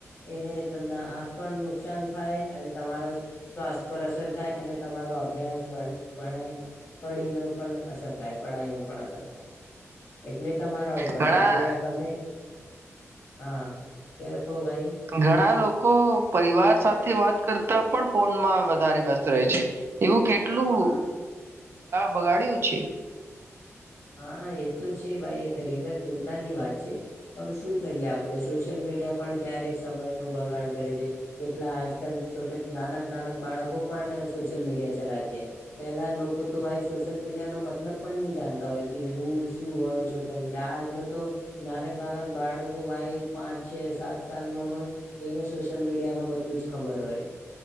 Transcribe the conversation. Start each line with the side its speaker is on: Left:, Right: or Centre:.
Left: એને તમને આંખ પણ નુકસાન થાય અને તમારો સ્વાસ્થ્ય પર અસર થાય અને તમારો અભ્યાસ ભણાય પડી ન પણ અસર થાય પઢાઈ ન પણ અસર થાય એટલે તમારા ઉપર
Right: ઘણા
Left: છે તમે હા કે કહો ભાઈ
Right: ઘણા લોકો પરિવાર સાથે વાત કરતા પણ ફોનમાં વધારે વ્યસ્ત રહે છે એવું કેટલું
Left: હા
Right: બગાડ્યું છે
Left: હા એ તો છે ભાઈ ખરેખર ચિંતા ની વાત છે પણ શું કરીએ આપણે સોશિયલ મીડિયા પણ ક્યારેક સમય નો બગાડ કરે છે કેટલા આજકાલ છોટ નાનક- નાનક બાળકો પણ સોશિયલ મીડિયા ચલાય છે પેલા લોકો તો ભાઈ સોશિયલ મીડિયા નો મતલબ પણ નહી જાણતા હોય. કે હું શું હોય સોશ્યિલ મીડિયા આજનો તો નાનક- નાનક બાળકો ભાઈ પાંચ છે સાત સાલ નો હોય એને સોશિયલ મીડિયા ન બધું જ ખબર હોય.